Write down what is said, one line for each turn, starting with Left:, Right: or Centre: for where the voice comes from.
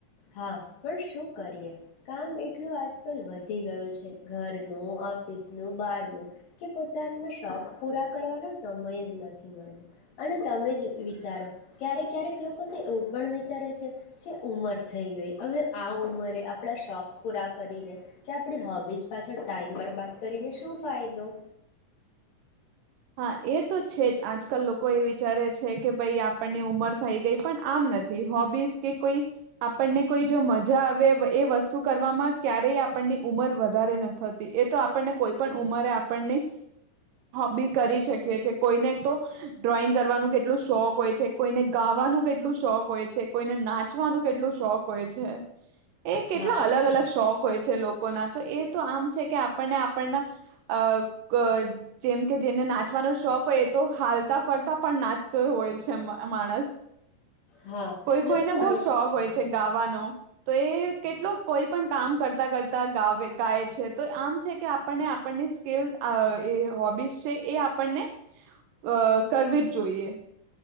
Left: હા પણ શું કરીએ કામ એટલું આજકાલ વધી ગયું છે ઘરનું ઓફિસનું બારનું કે પોતાનો શોખ પૂરા કરવાનો સમય જ નથી મળતો અને તમે જ વિચારો ક્યારેક ક્યારેક લોકો તો એવું પણ વિચારે છે કે ઉંમર થઈ ગઈ હવે આ ઉમરે આપણા શોખ પૂરા કરીને કે આપણી હોબીઝ પાછળ ટાઈમર બાદ કરીને શું ફાયદો
Right: હા એ તો છે જ આજકાલ લોકો એ વિચારે છે કે ભાઈ આપણની ઉંમર થઈ ગઈ પણ આમ નથી હોબીઝ કે કોઈ આપણને કોઈ જો મજા આવે એ વસ્તુ કરવામાં ક્યારેય આપણની ઉંમર વધારે નતી એ <unintelligible> આપણને કોઈ પણ ઉંમરે આપણની હોબી કરી શકીએ છીએ કોઈને તો ડ્રોઈંગ કરવાનું કેટલું શોખ હોય છે. કોઈને ગાવાનું કેટલું શોખ હોય છે. કોઈને નાચવાનું કેટલું શોખ હોય છે. એ કેટલા
Left: હા
Right: અલગ અલગ શોખ હોય છે. લોકો તો એ આમ છે. કે આપણને આપણ જેમ. કે જેને નાચવાનો શોખ હોય એ તો હાલતા ફરતા પણ નાચતો હોય છે માણસ.
Left: હા
Right: કોઈ કોઈને
Left: લોકો
Right: બહુ
Left: અહીં
Right: શોખ હોય છે. ગાવાનો તો એ કેટલો કોઈ પણ કામ કરતા કરતા ગાય. ગાય છે તો આમ છે. કે આપણને સ્કીલ એ હોબીસ. એ આપણને અ કરવી જ જોઈએ.